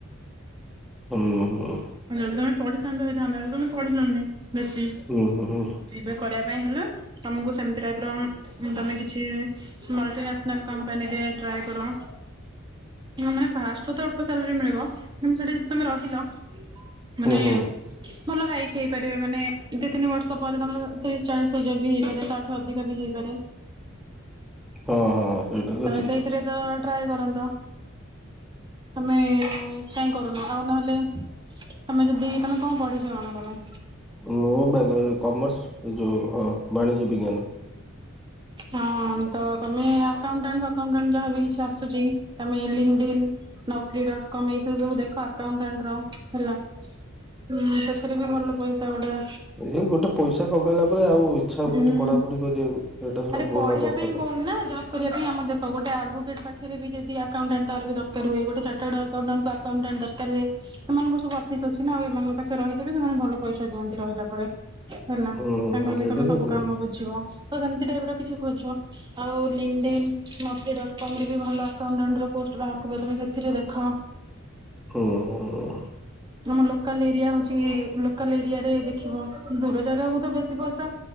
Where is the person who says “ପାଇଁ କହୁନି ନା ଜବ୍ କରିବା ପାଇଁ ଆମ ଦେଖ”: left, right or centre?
Right